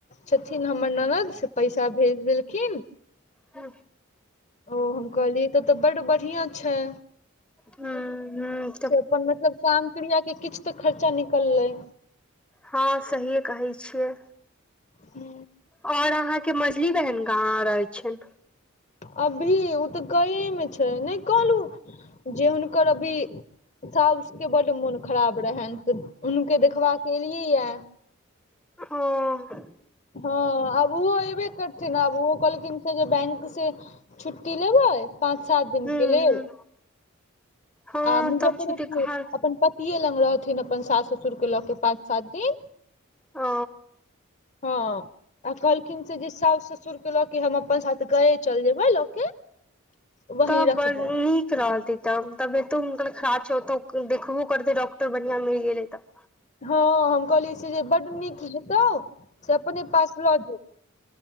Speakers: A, on the left (about 35°); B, in the centre.
A: छथिन हमर पस् से पैसा भेज देलखिन
B: ह
A: ओ हम कहलियै तो तऽ बड्ड बढ़िया छै
B: हूं हूं
A: से अपन मतलब काम क्रिया के किछु तऽ खर्चा निकललै
B: हँ सहिए कहै छियै
A: हू
B: और अहाँ के मझली बहन कहाँ रहै छै
A: अभी ओ तऽ गएमे छै नहि कहलहु जे हुनकर अभी साासके बड्ड मोन खराब रहे तऽ उनूके देखबाका के एलियै य
B: हँ
A: हँ आब ओहो अयबे करथिन आब ओहो कहलखिन से जे बैंक से छुट्टी लेबै पाँच सात दिनके
B: हुँ
A: लेल
B: हुँ हँ
A: आ मुजफ्फरेपुर
B: तब छुटी घर
A: अपन प इये लग रहथिन अपन सास ससुर के लऽ के पाँच सात दिन
B: ओ
A: हँ आ कहलखिन से जे साास ससुर के लऽ के हम अपन साथ गए चलि जेबै लऽ के वही
B: तब
A: रखबै
B: बड़ नीक रहतै तब तबियतो हुनकर खराब छै ओतऽ देखबो करतै डॉक्टर बढ़िआँ मिल गेलै तऽ
A: हँ हम कहली से जे बड नीक हेतौ से अपने पास ल